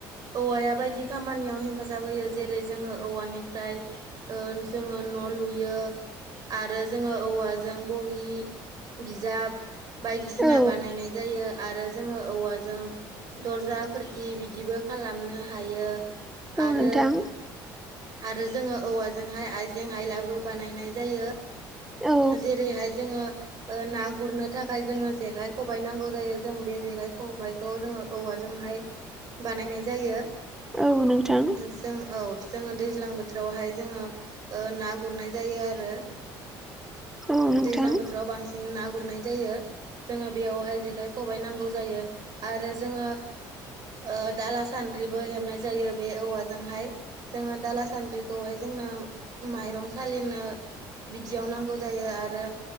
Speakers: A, on the right; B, in the centre.
A: औवाया बायदि खामानियाव हेफाजाब होयो जेरै जोङो औवानिफ्राय ओ जोङो न' लुयो। आरो जोङो औवाजों बहि बिजाब बायदिसिना
B: औ
A: बानायनाय जायो आरो जोङो औवाजों दरजा खोरखि बिदिबो खालामनो हायो
B: औ
A: आरो
B: नोंथां
A: आरो जोङो औवाजोंहाय आइजें आयलाबो बानायनाय जायो।
B: औ
A: जेरैहाय जोङो ओ ना गुरनो थाखाय जोङो जेखाइ खबाइ नांगौ जायो जों बे जेखाइ खबाइखौ जोङो औवाजोंहाय बानायनाय जायो।
B: औ नोंथां
A: जों औ जोङो दैज्लां बोथोरावहाय जोङो ना गुरनाय जायो आरो।
B: औ नोंथां
A: दैज्लां बोथोराव बांसिन बिदिनो ना गुरनाय जायो। जोङो बेयावहाय जेखाइ खबाइ नांगौ जायो। आरो जोङो ओ दाला सान्द्रिबो हेबनाय जायो बे औवाजोंहाय जोङो दाला सान्द्रिखौहाय जोंनो माइरं सालिनो बिदियाव नांगौ जायो आरो